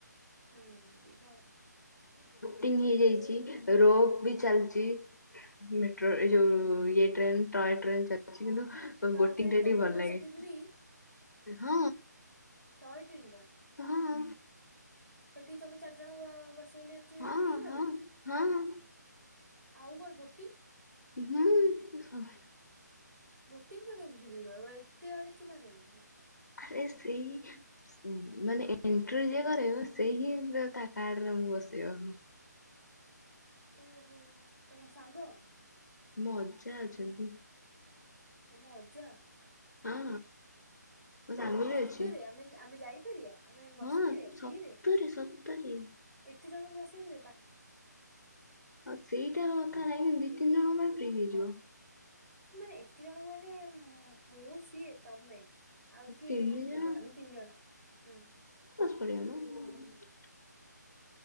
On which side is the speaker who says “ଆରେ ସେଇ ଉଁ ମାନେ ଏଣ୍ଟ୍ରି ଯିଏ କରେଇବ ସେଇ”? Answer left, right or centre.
Left